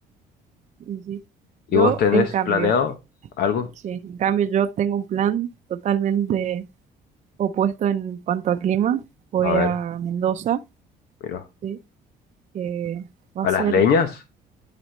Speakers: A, on the right; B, on the left.
A: Y sí.
B: ¿Y
A: Yo,
B: vos tenés
A: en cambio,
B: planeado algo?
A: sí, en cambio yo tengo un plan totalmente opuesto en cuanto a clima. Voy
B: A ver,
A: a Mendoza,
B: mira.
A: sí, que va
B: ¿A
A: a ser
B: las leñas?